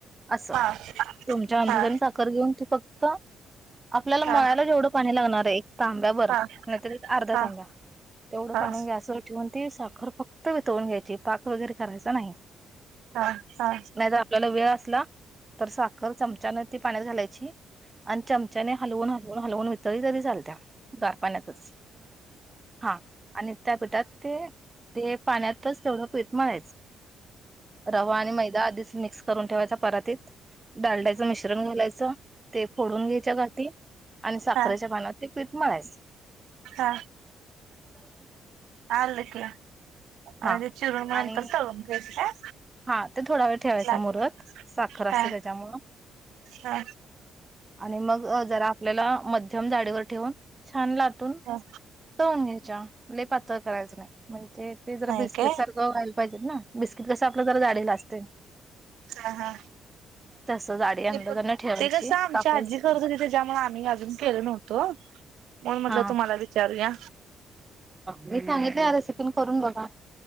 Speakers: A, on the right; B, on the right.
A: असं
B: हा
A: तुमच्या अंदाजाने
B: हा हा
A: साखर घेऊन त फक्त आपल्याला
B: हा
A: मळ्याला जेवढं पाणी लागणार आहे एक तांब्या बर
B: हा
A: नाहीत एक अर्ध्या
B: हा
A: तांब्या तेवढं
B: हा
A: पाणी गॅस ठेवून ती साखर फक्त वितळून घ्यायची पाक वगैरे करायचा नाही
B: हा
A: नाही तर आपल्याला वेळ असला तर साखर चमचाने ती पाण्यात घालायची आणि चमचाने हलवून हल हलवून वितली तरी चालत गार पाण्यातच हा आणि त्यापठात ते ते पाण्यातच तेवढं पतमळ आहेच रवा आणि मैदा आधीच मिक्स करून ठेवायचा परातीत डालडाचं मिश्रण घालायचं ते फोडून घ्यायच्या गठीी आणि साखरेच्या
B: हा
A: पानात ते पिठ मारस
B: हा आल क आणि
A: हा
B: ते चिरून नंतर
A: आणि
B: करून घ्यायच काय
A: हा ते थोडा वेळ ठेवायचा
B: लाटून
A: मुरत साखर असते
B: हा
A: त्याच्यामुळं
B: हा
A: आणि मग जरा आपल्याला मध्यम जाडीवर ठेवून छान लातून
B: ह
A: तोंगेच्या पातळ करायचं नाही म्हणजे ते जरा
B: नाही
A: बिस्किट
B: काय
A: सारखं व्हायला पाहिजे ना बिस्किट कसं आपलं जरा झालेला असते
B: हा हा
A: तस जाडी अंदाजान
B: ते पण
A: ठेवायची
B: ते कसं आमच्या
A: कापायची
B: आजी करर्तती त्याच्यामुळे आम्ही अजून केल नव्हतो म म्हंटलं
A: हा
B: तुम्हाला विचारूया
A: मी सांगितले ह रेसिपी करून बघा